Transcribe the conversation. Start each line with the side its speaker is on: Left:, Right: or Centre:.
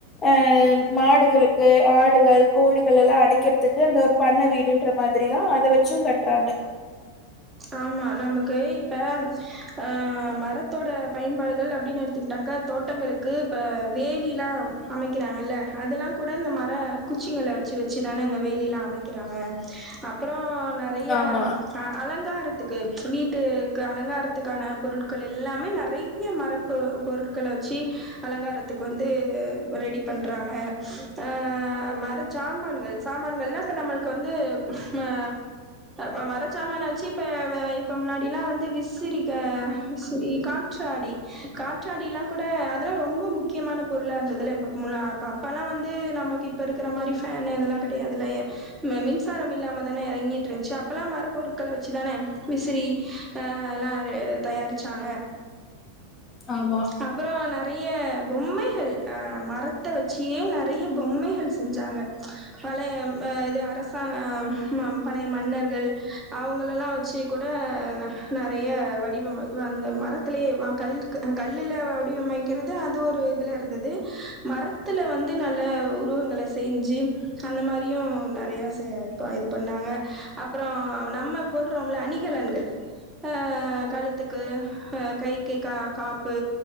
Left: அஹ் மாடுகளுக்கு ஆடுகள் கோழிகள் எல்லா அடைக்கிறதுக்கு அந்த ஒரு பண்ணை வீடுன்ற மாதிரி தான் அத வெச்சும் கட்டுறாங்க
Right: ஆமா நமக்கு இப்ப ஆஹ மரத்தோட பயன்பாடுகள் அப்டின்னு எடுத்துக்கிட்டாக்க தோட்டங்களுக்கு இப்ப வேலி எல்லாம் அமைக்கிறாங்கல்ல அதெல்லாம் கூட இந்த மர குச்சிங்கள வச்சு வச்சு தானே இந்த வேலி எல்லாம் அமைக்கிறாங்க அப்பறோ நெறைய
Left: ஆமா
Right: ம் அ அலங்காரத் த்துக்கு வீட்டுக்கு அலங்காரத் த்துக்கான பொருட்கள் எல்லாமே நெறைய மர பொரு பொருட்கள வச்சி அலங்காரத்துக்கு வந்து ரெடி பண்றாங்க ஆஹ மர சாமான்கள் சாமான்கள்னா இப்ப நம்மள்க்கு வந்து மஆ ம மர சாமான வெச்சிப் இப்ப வுஅ இப்ப முன்னாடி எல்லாம் வந்து விசிறிக்க விசிறி காற்றாடி காற்றாடி எல்லாம் கூட அதெல்லாம் ரொம்ப முக்கியமான பொருளா இருந்தது இல்ல இப்ப இப் முன்னா அப்ப அப்பெல்லாம் வந்து நமக்கு இப்ப இருக்கிற மாதிரி பேனு இதெல்லாம் கிடையாது இல்லயே மெ மின்சாரம் இல்லாமதான இறங்கிட்டு இருந்துச்சு அப்பெல்லாம் மரப்பொருட்கள வச் வச்சு தானே விசிறி அஹ எல்லாம் ஆரெத் தயாரிச்சாங்க
Left: ஆமா
Right: அப்புறோ நெற நெறைய பொம்மைகள் அஹ மரத்தை வச்சியே நெறைய பொம்மைகள் செஞ்சாங்க பழைய அ இது அரசாங்கம் மம் பழைய மன்னர்கள் அவங்க அவங்கள எல்லாம் வச்சு கூட நெறைய வடிவம வந்து மரத்திலேயே வா கல்கு அஹ் கல்லுல வ வடிவமைக்கிறது அது ஒரு இதுல இருந்தது மரத்துல வந்து நல்ல உருவங்கள செஞ்சு அன் நம் மாதிரியும் நெறையா சேப்பா இது பண்ணாங்க அப்புறோ நம்ம போடுறோம் இல்ல அணிகலன்கள் ஹ கழுத்துக்கு ஹ கைக்கு கா காப்பு